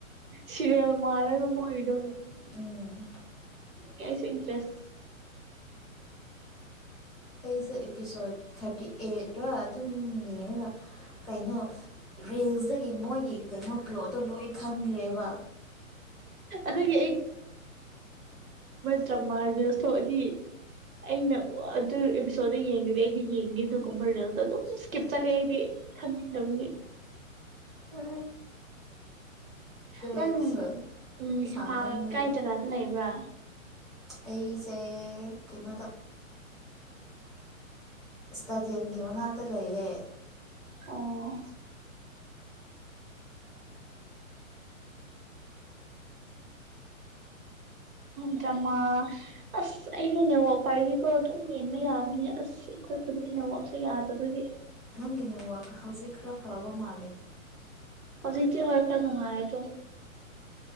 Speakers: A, on the right; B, in the centre.
A: ꯁꯤꯔꯤꯌꯦꯜ ꯃꯥꯜꯂꯦꯕ ꯃꯣꯏꯒꯤꯗꯣ
B: ꯎꯝ
A: ꯀꯁꯨ ꯏꯇꯔꯦꯁꯦ
B: ꯑꯩꯁꯨꯦ ꯑꯦꯄꯤꯁꯣꯠ ꯊꯥꯔꯇꯤ ꯑꯩꯠꯇ ꯑꯗꯨꯝ ꯌꯦꯡꯉꯒ ꯀꯩꯅꯣ ꯔꯤꯜꯁꯗꯒꯤ ꯃꯣꯏꯒꯤ ꯀꯩꯅꯣ ꯄ꯭ꯂꯣꯠꯇꯣ ꯂꯣꯏ ꯈꯪꯈ꯭ꯔꯦꯕ
A: ꯑꯗꯨꯒꯤ ꯔꯣꯁꯇꯣ ꯑꯩꯗꯤ ꯑꯩꯅ ꯑꯗꯨ ꯑꯦꯄꯤꯁꯣꯗ ꯌꯦꯡꯗꯗꯤ ꯑꯩꯗꯤ ꯌꯦꯡꯉꯦ ꯑꯗꯨꯒꯨꯝꯕ ꯔꯤꯜꯁ ꯑꯗꯨꯝ ꯀꯤꯞ ꯆꯠꯂꯦ ꯑꯩꯗꯤ ꯈꯟꯅꯤꯡꯗꯕꯒꯤ
B: ꯑ
A: ꯅꯪ
B: ꯑꯦꯄꯤꯁꯣꯠ
A: ꯎꯝ
B: ꯁꯥꯡꯃꯟꯕꯒꯤ
A: ꯏꯝꯐꯥꯜ ꯀꯥꯏ ꯖꯒꯥꯗ ꯂꯩꯕ꯭ꯔꯥ
B: ꯑꯩꯁꯦ ꯀꯩꯅꯣꯗ ꯏꯁꯇꯗꯤꯌꯝꯒꯤ ꯃꯅꯥꯛꯇ ꯂꯩꯌꯦ
A: ꯑꯣ ꯗ꯭ꯔꯃꯥ ꯑꯁ ꯑꯩꯁꯨ ꯅꯦꯋꯥꯛꯄ ꯄꯥꯏꯔꯤꯁꯤꯀꯣ ꯑꯗꯨꯝ ꯃꯦꯟꯕ ꯌꯥꯕꯅꯤ ꯑꯁ ꯑꯩꯈꯣꯏ ꯅꯦꯋꯥꯛꯁꯨ ꯌꯥꯗꯕꯒꯤ
B: ꯑꯊꯪꯒꯤꯅꯦ ꯋꯥꯛ ꯍꯧꯖꯤꯛ ꯈꯔ ꯐꯕ ꯃꯥꯂꯦ
A: ꯍꯧꯖꯤꯛꯇ ꯍꯔ ꯈꯔ ꯅꯣꯡꯉꯥꯏ ꯑꯣ